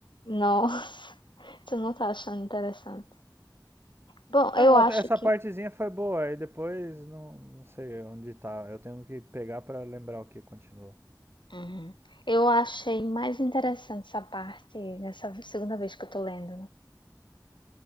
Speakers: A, on the left; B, on the right.
A: Nossa, <laughs> tu não tá achando interessante. Bom,
B: Não,
A: eu acho
B: até essa
A: que
B: partezinha foi boa, aí depois não, não sei onde tá. Eu tenho que pegar pra lembrar o que continua.
A: Uhum. eu achei mais interessante essa parte nessa segunda vez que eu tô lendo, né?